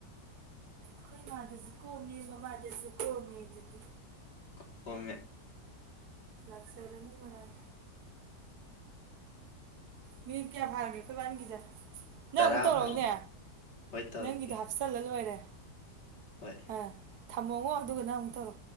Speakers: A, on the right; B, on the left.
A: ꯑꯩꯈꯣꯏ ꯃꯥꯗꯁꯨ ꯀꯣꯝꯃꯦ ꯃꯃꯥꯗꯁꯨ ꯀꯣꯝꯃꯦ ꯑꯗꯨꯗꯤ꯫
B: <inaudible>
A: ꯂꯥꯛꯆꯔꯅꯤ ꯃꯔꯥꯏ꯫ ꯃꯤ ꯀꯌꯥ ꯐꯥꯔꯒꯦ ꯑꯩꯈꯣꯏ ꯏꯕꯥꯅꯤꯒꯤꯁꯦ ꯅꯪ
B: ꯇꯔꯥ
A: ꯑꯃꯨꯛ ꯇꯧꯔꯛꯎꯅꯦ
B: ꯐꯥꯔꯦ ꯍꯣꯏ ꯇꯧꯔꯛꯀꯦ
A: ꯅꯪꯒꯤꯗꫭ ꯍꯥꯞ ꯆꯜꯂ ꯂꯣꯏꯔꯦ꯫
B: ꯍꯣꯏ꯫
A: ꯑꯥ ꯊꯝꯃꯣꯉꯣ ꯑꯗꯨꯒ ꯅꯪ ꯑꯃꯨꯛ ꯇꯧꯔꯣ꯫